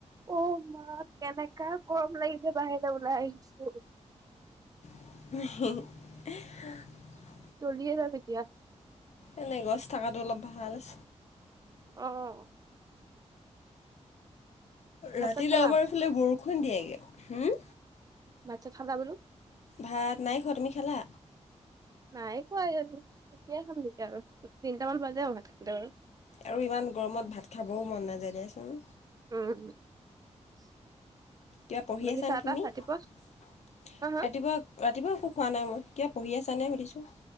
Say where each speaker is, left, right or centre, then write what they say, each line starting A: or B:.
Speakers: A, on the right (about 30°); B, on the left (about 65°).
A: অ', মা কেনেকা গৰম লাগিছে বাহিৰলে ওলাই আহিছো।
B: <inaudible>
A: জ্বলিয়ে যাম এতিয়া
B: এনেই গছ থকাটো অলপ ভালচ।
A: অ'। ভাত
B: ৰাতিলে
A: চাত খালা
B: আমাৰ এইফালে বৰষুণ দিয়েগে। হু।
A: ভাত-চাত খালা বোলো।
B: ভাত নাই খোৱা, তুমি খালা?
A: নাই খোৱা <unintelligible> এতিয়াই খাম নেকি আৰু। তিনিটামান বাজে আৰু ভাত খাওঁতে আৰু।
B: আৰু ইমান গৰমত ভাত খাবও মন নাযায় দিয়াচোন।
A: উম <inaudible>
B: কিবা পঢ়ি
A: বাকী
B: আছানে
A: চাহ
B: তুমি?
A: তাহ ৰাতিপুৱা
B: ৰাতিপুৱা
A: হা হা
B: ৰাতিপুৱা একো খোৱা নাই মই। পঢ়ি আছানে সুধিছোঁ।